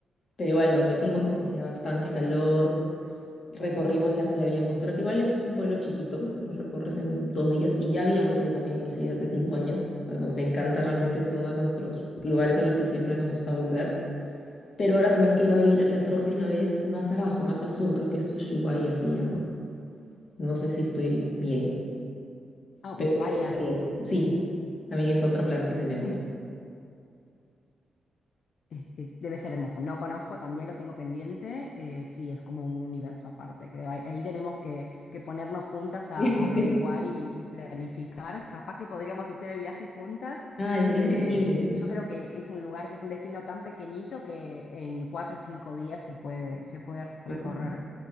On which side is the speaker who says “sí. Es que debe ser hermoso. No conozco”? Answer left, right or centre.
Left